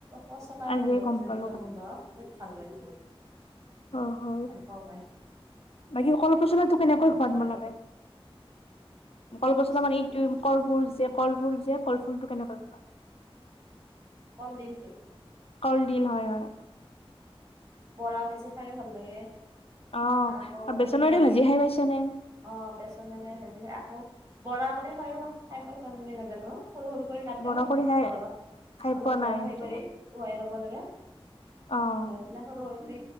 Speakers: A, on the right (about 35°); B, on the left (about 75°).
A: পচলাৰ
B: আজিয়ে
A: গোন্ধ,
B: গম
A: জলকিয়া
B: পালো কথাটো।
A: গোন্ধ বহুত ভাল লাগে মোৰ
B: অ হয়
A: গোন্ধ পাই
B: বাকী কল পচলা টো কেনেকৈ খোৱা তোমালোকে?
A: আৰু কল
B: কলপচলা
A: পচলাটো
B: মানে এইটো
A: মই
B: কলফুৰ যে কলফুল যে কলফুলটো কেনেকৈ খোৱা?
A: কল ডিলটো
B: কলডিল হয় হয়।
A: বৰা ভাজি খাইও ভাল লাগে।
B: অ
A: আকৌ
B: বেচনৰে
A: মানে
B: ভাজি খাই পাইছা নে?
A: অ বেচনৰে ভাজি আকৌ বৰা কৰি খাই অ খাই পাইচা মই নাজানো সৰু সৰু কৰি কাটি
B: বৰা
A: অলপ
B: কৰি খাই
A: ব
B: খাই
A: অলপ
B: পোৱা
A: বঅ
B: নাই সেইটো
A: হেই কৰি
B: মই।
A: উৱাই লব লাগে
B: অ',
A: আৰু ইফালে সৰু সৰু কৰি